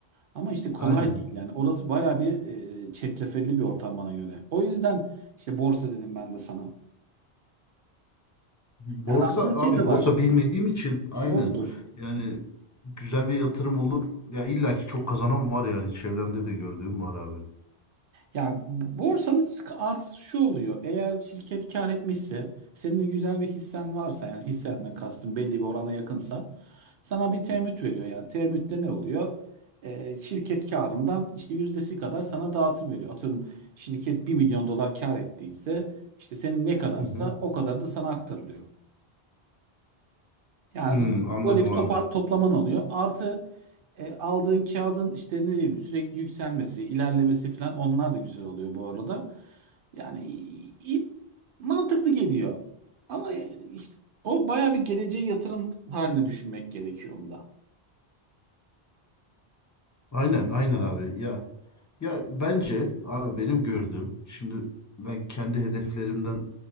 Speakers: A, on the right; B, on the left.
A: Ama işte kolay
B: aynen
A: değil yani. Orası bayağı bir e, çetrefilli bir ortam bana göre. O yüzden işte borsa dedim ben de sana.
B: Borsa
A: Yani aslında
B: abi
A: şey de
B: borsa
A: var.
B: bilmediğim için aynen.
A: Doğrudur.
B: Yani güzel bir yatırım olur. Ya illaki çok kazanan var yani çevremde de gördüğüm var abi.
A: Yani bu- borsanın sık- artısı şu oluyor. Eğer şirket kar etmişse, senin de güzel bir hissen varsa yani hissenden kastım belli bir orana yakınsa Sana bir temettü veriyor yani. Temettüde ne oluyor? Ee, şirket karından işte yüzdesi kadar sana dağıtım veriyor. Atıyorum şirket bir milyon dolar kar ettiyse işte senin ne kadarsa
B: Hı hı.
A: o kadar da sana aktarılıyor. Yani
B: Hmm, anladım
A: böyle bir
B: abi.
A: topar, toplaman oluyor. Artı e, aldığın kağıdın işte ne diyeyim sürekli yükselmesi, ilerlemesi falan onlar da güzel oluyor bu arada. Yani i- i- mantıklı geliyor. Ama işte o bayağı bir geleceğe yatırım haline düşünmek gerekiyor onda.
B: Aynen aynen abi. Ya ya bence abi benim gördüğüm şimdi ben kendi hedeflerimden